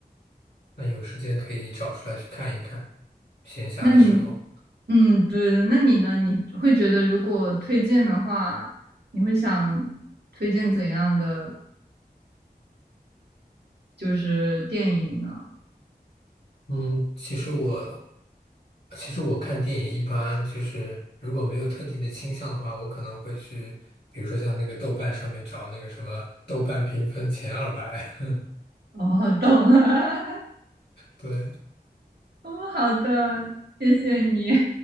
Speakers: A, on the left; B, on the right.
A: 那有时间可以找出来去看一看，闲暇的时候。
B: 那你，嗯，对的，那你呢？你会觉得如果推荐的话，你会想推荐怎样的就是电影呢？
A: 嗯，其实我其实我看电影一般就是如果没有特定的倾向的话，我可能会去，比如说像那个豆瓣上面找那个什么豆瓣评分前二百。<laughs>
B: <laughs> 哦，懂了，
A: 对，
B: <laughs> 哦，好的，谢谢你，